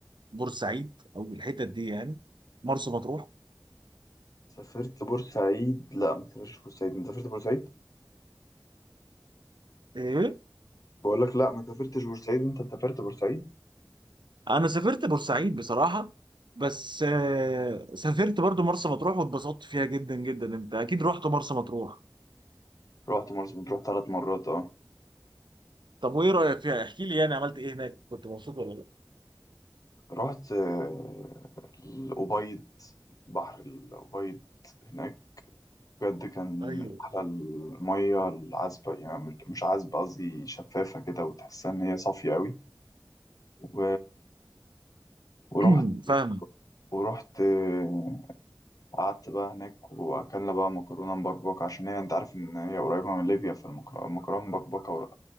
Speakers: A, on the right (about 75°); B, on the left (about 50°).
A: بورسعيد أو الحتت دي يعني مرسى مطروح؟
B: سافرت بورسعيد لا ما سافرتش بورسعيد أنت سافرت بورسعيد
A: إيه؟
B: بقول لك لا ما سافرتش بورسعيد انت سافرت بورسعيد
A: انا سافرت بورسعيد بصراحه بس آه، سافرت برضو مرسى مطروح واتبسطت فيها جدا جدا انت اكيد رحت مرسى مطروح
B: رحت مرسى مطروح ثلاث مرات اه
A: طب وايه رايك فيها احكي لي يعني عملت ايه هناك كنت مبسوط ولا لا
B: رحت آه، الأبيض بحر الأبيض هناك بجد كان
A: ايوه
B: من أحلى المية العذبة يعني مش عذبة قصدي شفافة كده وتحسها إن هي صافية أوي و... ورحت
A: <clears throat> فاهمه
B: ورحت آه، قعدت بقى هناك وأكلنا بقى مكرونة مبكبكة عشان هي أنت عارف إن هي قريبة من ليبيا فالمكرونة مبكبكة